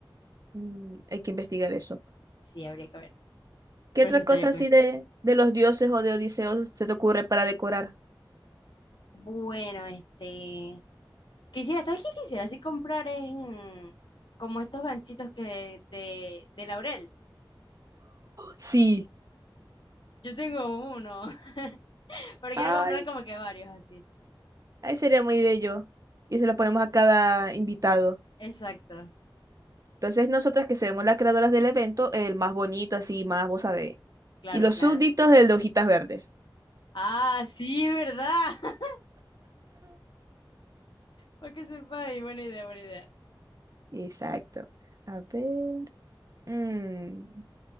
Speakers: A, on the right; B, on the left.
A: mm, hay que investigar eso.
B: Sí, habría que ver.
A: ¿Qué
B: Pero
A: otra
B: sí estaría
A: cosa así
B: cool.
A: de, de los dioses o de Odiseo se te ocurre para decorar?
B: Bueno, este... Quisiera, ¿sabes qué quisiera? Así comprar es mm, como estos ganchitos que de, de laurel.
A: Sí.
B: Yo tengo uno, <laughs> pero quiero
A: Ay,
B: comprar como que varios así.
A: ahí sería muy bello. Y se lo ponemos a cada invitado.
B: Exacto,
A: Entonces nosotras que seremos las creadoras del evento, el más bonito, así más, vos sabés.
B: claro,
A: Y los
B: claro.
A: súbditos, el de hojitas verdes.
B: Ah, sí, ¿verdad? <laughs> Para que sepa, ahí, buena idea, buena idea.
A: Exacto. A ver. mm,